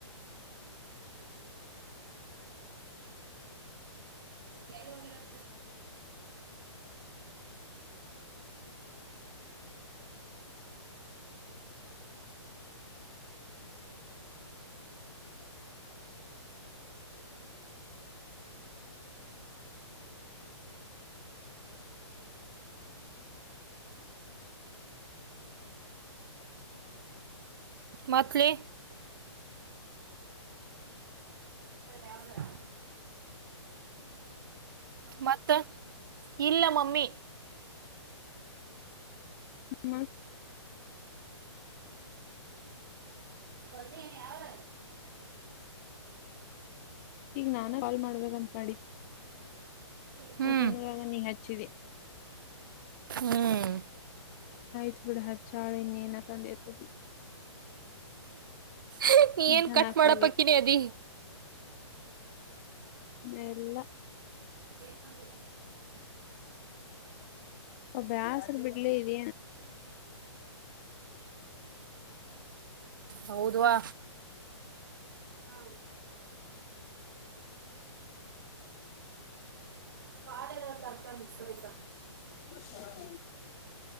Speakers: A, on the right; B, on the left.
A: ಯಾರ ಹಾಗರ ಮೆ ಹ ಮತ್ತ ಇಲ್ಲ ಮಮ್ಮಿ
B: ಮ
A: ಹೊಸನ ಯಾರ
B: ಈಗ ನಾನ ಕಾಲ್ ಮಾಡ್ಬೇಕಂತ
A: ಹ್ಮ್
B: ಮಾಡಾಡ ನೀ ಚರಿ
A: ಹ್ಮ್
B: ತ್ ಬಿಡ ಹ ಚಾಳೆನನತತ
A: ಹ್ಮ ಏನ್
B: ನನ
A: ಕಟ್ ಮಾಡಪಕ್ಕಿನಿ
B: ಕಾಲಿ
A: ಅದಿ
B: ಎಲ್ಲ
A: ಹ
B: ಒಬ್ಬ ಹಸರು ಬಿಡ್ಲ ಇದ
A: ಹೌದವಾ ಹಾ ಪಾಲ ತರ್ತ ಮಿಸರಿ
B: ಹ